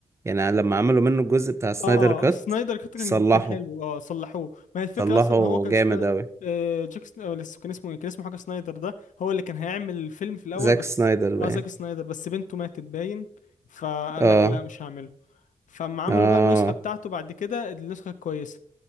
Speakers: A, on the right; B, on the left.
A: يعني لما عملوا منه الجزء بتاع سنايدر
B: اه
A: كات
B: سنايدر كات
A: صلحوا
B: كان كان حلو اه صلحوه ما هي الفكره
A: صلحوا
B: اصلا ان هو كان
A: جامد
B: سنا...
A: اوي
B: آه جاك سن... آه، لسه كان اسمه إيه؟ كان اسمه حاجه سنايدر ده هو اللي كان هيعمل الفيلم في الاول
A: زاك
B: بس
A: سنايدر
B: اه
A: باين
B: زاك سنايدر بس بنته ماتت باين فقال
A: اه
B: لك لا مش هعمله فاما عملوا
A: اه
B: بقى النسخه بتاعته بعد كده النسخه الكويسه